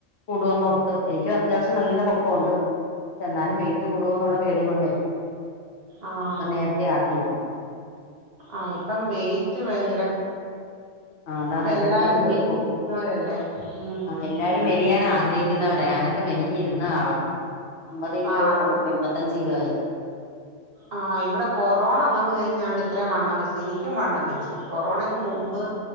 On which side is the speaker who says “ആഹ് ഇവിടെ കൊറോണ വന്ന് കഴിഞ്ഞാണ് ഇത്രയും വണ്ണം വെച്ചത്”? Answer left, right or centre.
Right